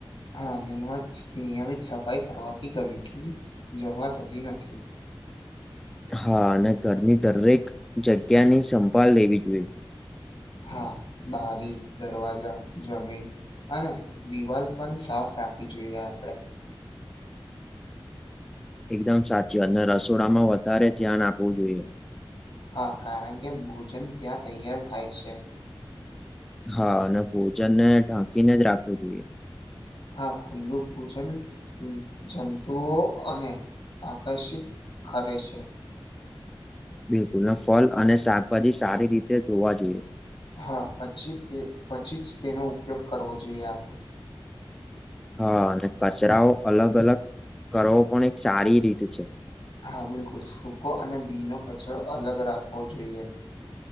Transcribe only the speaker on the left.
હા નિયમત નિયમિત સફાઈ કરવાથી ગંદકી જમા થતી નથી.
હા બારી દરવાજા જમીન અને દિવાલ પણ સાફ રાખવી જોઈએ આપણે
હા કારણ કે ભોજન ત્યાં તૈયાર થાય છે.
હા ખુલ્લું ભોજન જંતુઓ અને આકર્ષિત કરે છે.
હા પછી તે પછી જ તેનો ઉપયોગ કરવો જોઈએ આપણે.
હા બિલકુલ સૂકો અને બી નો કચરો અલગ રાખવો જોઈએ.